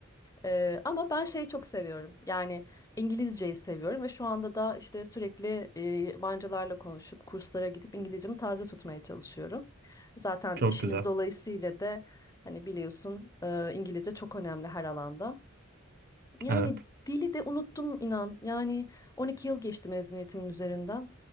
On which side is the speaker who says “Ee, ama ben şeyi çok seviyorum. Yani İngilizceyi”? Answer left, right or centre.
Left